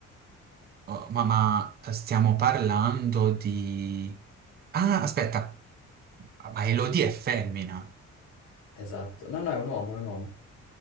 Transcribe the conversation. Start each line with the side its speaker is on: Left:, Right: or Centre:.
Right: Oh, ma, ma stiamo parlando di... Ah, aspetta. Ma Elodie è femmina.
Left: Esatto. No, no, è un uomo, è un uomo.